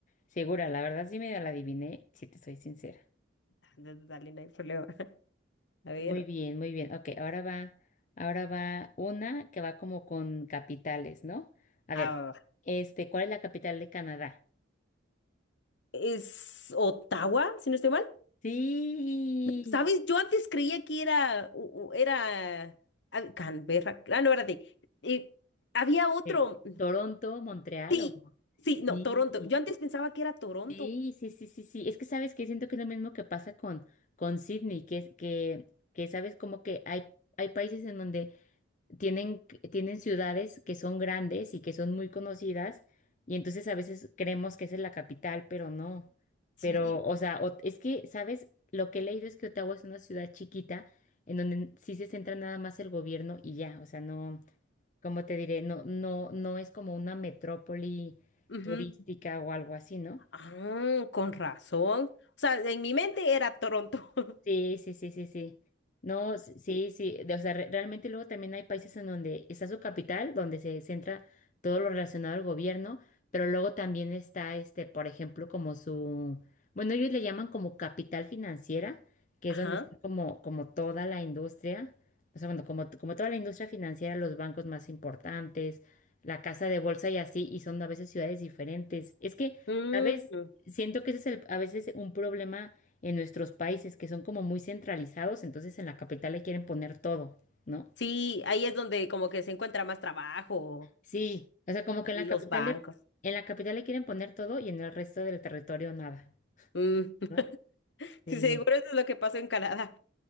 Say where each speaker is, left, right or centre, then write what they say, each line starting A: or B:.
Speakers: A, on the left; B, on the left.
A: segura, la verdad sí medio la adiviné, si te soy sincera.
B: <laughs> Dale, no hay problema. A ver,
A: Muy bien, muy bien. Ok, ahora va, ahora va una que va como con capitales, ¿no? A
B: ah,
A: ver, este, ¿cuál es la capital de Canadá?
B: es Ottawa, si no estoy mal.
A: Sí.
B: ¿Sabes? Yo antes creía que era, u- u- era ah, Canberra. Ah, no, espérate. Eh, había otro.
A: Eh, ¿Toronto, Montreal
B: Sí,
A: o...?
B: sí, no,
A: Sí.
B: Toronto. Yo antes pensaba que era Toronto.
A: Sí, sí, sí, sí, sí. Es que sabes que siento que es lo mismo que pasa con, con Sydney, que, es- que, que sabes como que hay, hay países en donde tienen, tienen ciudades que son grandes y que son muy conocidas, y entonces a veces creemos que esa es la capital, pero no.
B: Sí.
A: Pero, o sea, o- es que, ¿sabes? Lo que he leído es que Ottawa es una ciudad chiquita en donde sí se centra nada más el gobierno y ya. O sea, no, como te diré? No, no, no es como una metrópoli
B: ujú.
A: turística o algo así, ¿no?
B: Ah, con razón. O sea, en mi mente era Toronto. <laughs>
A: Sí, sí, sí, sí, sí. No, s- sí, sí. de- O sea, re- realmente luego también hay países en donde está su capital, donde se centra todo lo relacionado al gobierno, pero luego también está, este, por ejemplo, como su, bueno, ellos le llaman como capital financiera, que
B: Ajá.
A: es donde está como, como toda la industria, o sea, bueno, como, como toda la industria financiera, los bancos más importantes, la casa de bolsa y así, y son a veces ciudades diferentes. Es que,
B: Mm,
A: ¿sabes? Siento que ese es el- a veces un problema en nuestros países que son como muy centralizados, entonces en la capital le quieren poner todo, ¿no?
B: sí, ahí es donde como que se encuentra más trabajo,
A: Sí, o sea, como que en
B: los
A: la capital
B: bancos.
A: le, en la capital le quieren poner todo y en el resto del territorio nada,
B: Mm,
A: ¿no?
B: <laughs>
A: Sí,
B: Seguro eso es lo que pasó en Canadá.